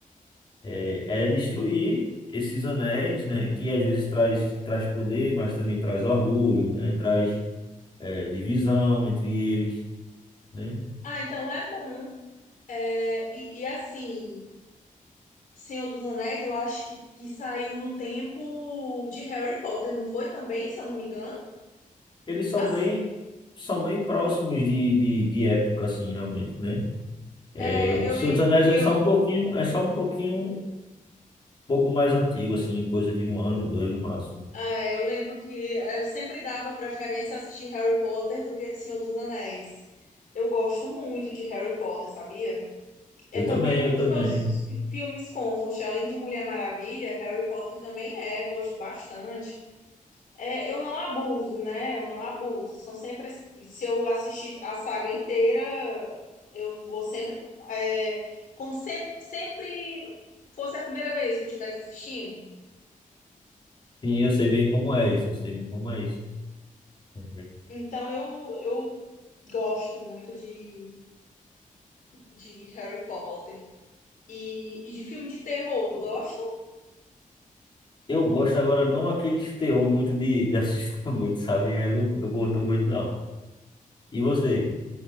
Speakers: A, on the left; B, on the left.
A: É, é destruir esses anéis, né? Que às vezes traz, traz poder, mas também traz orgulho, né? Traz eh, divisão entre eles, né?
B: Ah, então é bom. É, e, e assim, Senhor dos Anéis, eu acho que, que saiu no tempo de Harry Potter, não foi também, se eu não me engano?
A: Eles são
B: Assim,
A: bem, são bem próximos de, de, de época, assim, realmente, né?
B: é,
A: É, o
B: eu
A: Senhor
B: lembro
A: dos Anéis
B: que
A: é
B: eu,
A: só um pouquinho, é só um pouquinho, um pouco mais antigo, assim, coisa de um ano, dois no máximo.
B: é, eu lembro que eu sempre dava preferência a assistir Harry Potter do que Senhor dos Anéis. Eu gosto muito de Harry Potter, sabia? É
A: Eu
B: também
A: também,
B: um
A: eu
B: dos
A: também.
B: meus fi- filmes comfort, além de Mulher Maravilha, Harry Potter também é, gosto bastante. É, eu não abuso, né? Eu não abuso. São sempre assim. Se eu assistir a saga inteira, eu vou sempre, é, como sempre, sempre fosse a primeira vez que eu estivesse assistindo.
A: Sim, eu sei bem como é isso, eu sei bem como é isso. É,
B: Então eu, eu gosto muito de, de Harry Potter e, e de filme de terror. Tu gosta?
A: Eu gosto agora, não aqueles terror muito de, de assustar <laughs> muito, sabe? Eu não, não curto muito, não. E você?